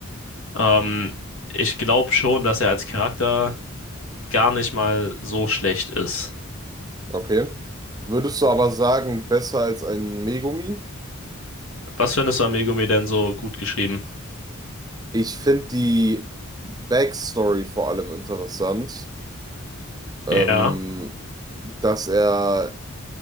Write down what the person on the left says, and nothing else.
Ähm, ich glaube schon, dass er als Charakter gar nicht mal so schlecht ist.
Was findest du an Megumi denn so gut geschrieben?
Ja,